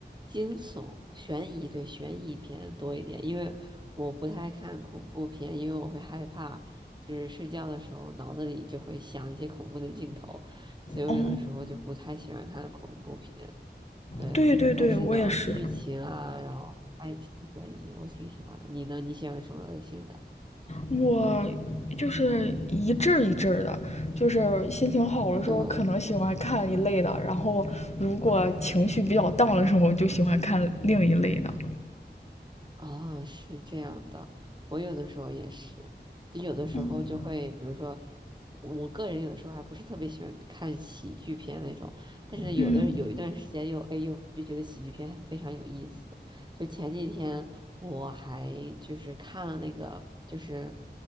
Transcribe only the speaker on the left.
哦，
对对对，
我也是，
我就是一阵儿一阵儿的，就是心情好的时候可能喜欢看一类的，
然后如果情绪比较荡的时候就喜欢看另一类的。
嗯
嗯，